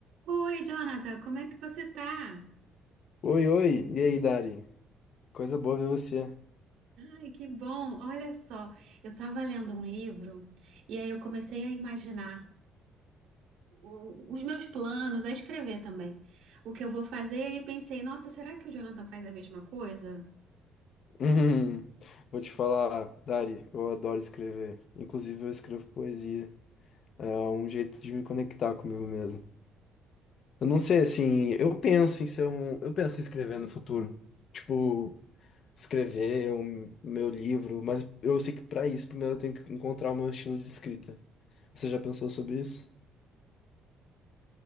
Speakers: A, on the right; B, on the left.
A: Oi, Jonathan, como é que você tá?
B: Oi, oi, e aí, Dari? Coisa boa ver você. <laughs>
A: Ai, que bom! Olha só, eu estava lendo um livro e aí eu comecei a imaginar o- os meus planos, a escrever também, o que eu vou fazer e pensei, nossa, será que o Jonathan faz a mesma coisa?
B: Hum, vou te falar, Dari, eu adoro escrever. Inclusive, eu escrevo poesia. É um jeito de me conectar comigo mesmo. Eu não sei, assim, eu penso em ser um. Eu penso em escrever no futuro. Tipo, escrever o meu livro, mas eu sei que pra isso, primeiro eu tenho que encontrar o meu estilo de escrita. Você já pensou sobre isso?